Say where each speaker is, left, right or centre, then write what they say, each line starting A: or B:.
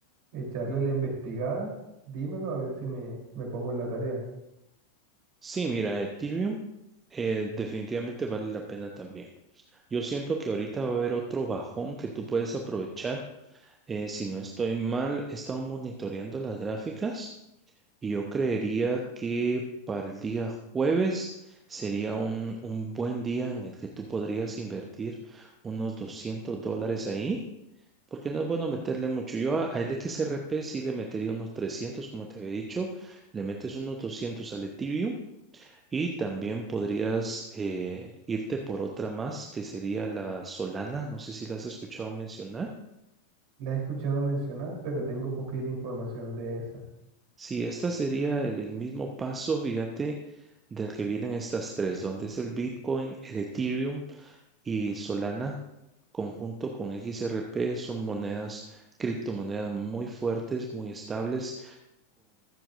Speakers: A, on the right; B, on the right.
A: echarle la investigada, dímelo a ver si me, me pongo en la tarea.
B: Sí, mira, Ethereum eh, definitivamente vale la pena también. Yo siento que ahorita va a haber otro bajón que tú puedes aprovechar. Eh, si no estoy mal, he estado monitoreando las gráficas Y yo creería que para el día jueves sería un, un buen día en el que tú podrías invertir unos 200 dólares ahí, porque no es bueno meterle mucho. Yo a- al XRP sí le metería unos 300 como te había dicho, le metes unos 200 al Ethereum y también podrías eh, irte por otra más que sería la Solana, no sé si la has escuchado mencionar.
A: La he escuchado mencionar, pero tengo poquita información de esa.
B: Sí, este sería el el mismo paso, fíjate, del que vienen estas tres, donde es el Bitcoin, el Ethereum y Solana, conjunto con XRP, son monedas, criptomonedas muy fuertes, muy estables,